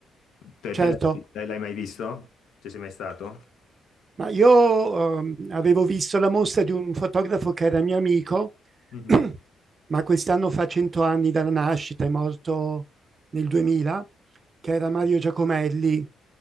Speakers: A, on the left; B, on the right.
A: Te,
B: certo.
A: te l'hai l'hai mai visto? Ci sei mai stato?
B: Ma io ehm, avevo visto la mostra di un fotografo che era mio amico,
A: Mhm.
B: <clears throat> ma quest'anno fa 100 anni dalla nascita, è morto nel 2000, che era Mario Giacomelli,